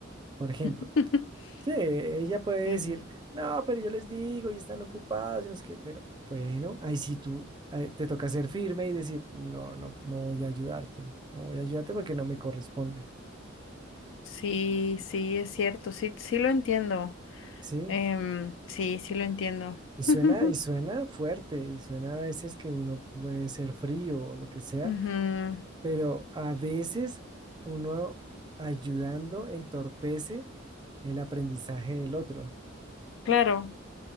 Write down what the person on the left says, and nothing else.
<laughs>
Eh,
Sí, sí, es cierto, sí, sí lo entiendo.
Em, sí, sí lo entiendo.
<laughs>
Ujú,
Claro.